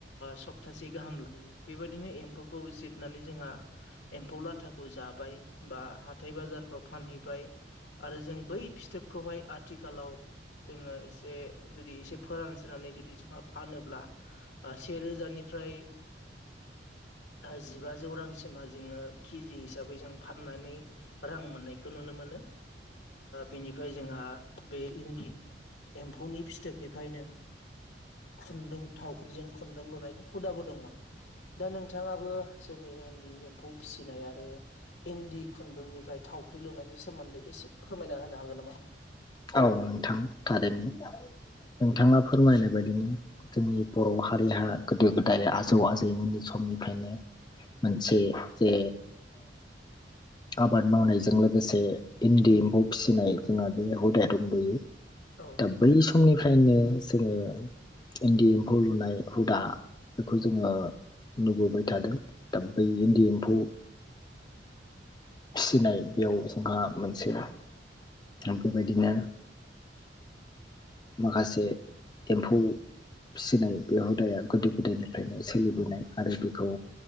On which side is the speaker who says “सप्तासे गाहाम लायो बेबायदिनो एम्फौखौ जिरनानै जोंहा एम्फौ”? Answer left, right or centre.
Left